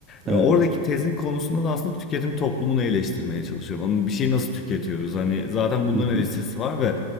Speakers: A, on the right (about 25°); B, on the left (about 30°).
A: Evet.
B: Ve oradaki tezin konusunda da aslında tüketim toplumunu eleştirmeye çalışıyorum. Onun bir şeyi nasıl tüketiyoruz? Hani zaten bunların
A: Hı hı.
B: eleştirisi var ve